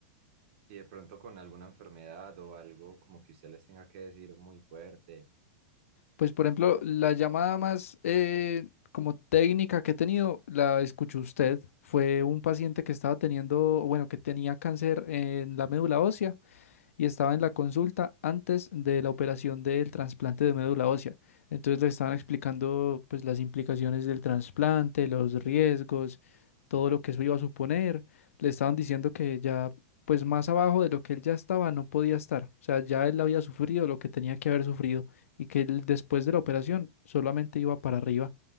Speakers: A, on the right; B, on the left.
A: Y de pronto con alguna enfermedad o algo como que usted les tenga que decir muy fuerte,
B: Pues, por ejemplo, la llamada más eh, como técnica que he tenido, la escuchó usted. Fue un paciente que estaba teniendo, bueno, que tenía cáncer en la médula ósea y estaba en la consulta antes de la operación del trasplante de médula ósea. Entonces le estaban explicando pues las implicaciones del trasplante, los riesgos, todo lo que eso iba a suponer. Le estaban diciendo que ya pues más abajo de lo que él ya estaba no podía estar. O sea, ya él había sufrido lo que tenía que haber sufrido y que él después de la operación solamente iba para arriba.